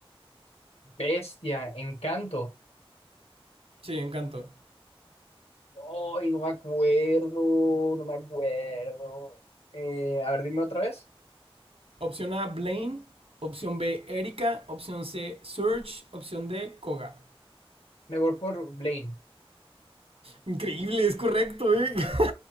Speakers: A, on the left (about 80°); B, on the right (about 80°).
A: Bestia, Encanto.
B: Sí, en Kanto.
A: Ay, no me acuerdo, no me acuerdo. Eh, a ver, dime otra vez.
B: Opción A, Blaine. Opción B, Erika. Opción C, Surge. Opción D, Koga.
A: Me voy por Blaine.
B: Increíble, es correcto, ¿eh? <laughs>